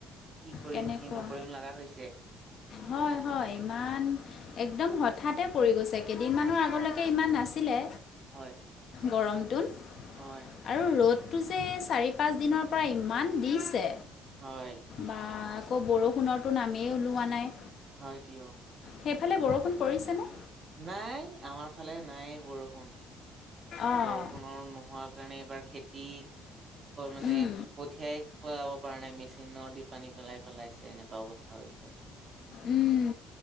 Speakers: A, on the right; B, on the left.
A: কি কৰিম
B: কেনেকুৱা
A: কি নকৰিম লগা হৈছে
B: হয় হয় ইমান একদম হঠাতে পৰি গৈছে কেইদিনমানৰ আগলৈকে ইমান নাছিলে
A: হয়
B: গৰমটো
A: হয়
B: আৰু ৰ'দটো যে চাৰি পাঁচ দিনৰ পৰা ইমান দিছে
A: হয়
B: বা আকৌ বৰষুণৰটো নামেই ওলোৱা নাই
A: হয় দিয়ক
B: সেইফালে বৰষুণ পৰিছেনে?
A: নাই আমাৰ ফালে নাই বৰষুণ
B: অঁ
A: বৰষুণৰ নোহোৱাৰ কাৰণে এইবাৰ খেতি মানে
B: উম
A: কঠিয়াই পেলাব পৰা নাই মেচিনৰ দি পানী পেলাই পেলাইছে এনেকুৱা অৱস্থা হৈছে
B: উম